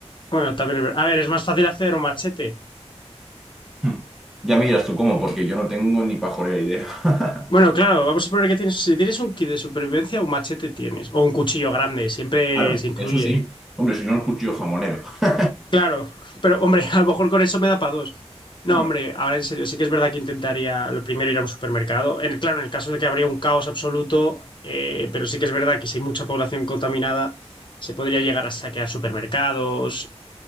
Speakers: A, on the left (about 45°); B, in the centre.
A: Bueno, también, es ver- a ver, es más fácil hacer un machete.
B: Hmm. Ya me dirás tú cómo, porque yo no tengo ni pajolera idea. <laughs>
A: Bueno, claro, vamos a poner que tienes, si tienes un kit de supervivencia, un machete tienes, o un cuchillo grande, siempre
B: Claro,
A: se incluye.
B: eso sí. Hombre, si no el cuchillo jamonero. <laughs>
A: Claro, pero hombre, <laughs> a lo mejor con eso me da para dos. No,
B: Bueno,
A: hombre, ahora en serio, sí que es verdad que intentaría lo primero ir a un supermercado. En, claro, en el caso de que habría un caos absoluto, eh, pero sí que es verdad que si hay mucha población contaminada, se podría llegar a saquear supermercados,